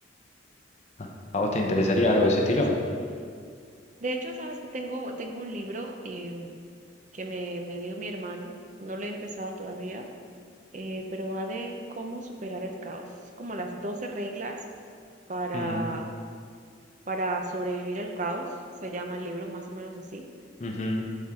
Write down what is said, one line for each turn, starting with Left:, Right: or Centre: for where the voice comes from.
Left: ¿A a vos te interesaría
Right: Vaya,
Left: algo de ese
Right: qué
Left: estilo?
Right: interesante. De hecho, sabes que tengo, tengo un libro em, que me, me dio mi hermano. No lo he empezado todavía, eh, pero va de cómo superar el caos. como las 12 reglas para,
Left: Mm,
Right: para sobrevivir al caos. Se llama el libro, más o menos así.
Left: ujú,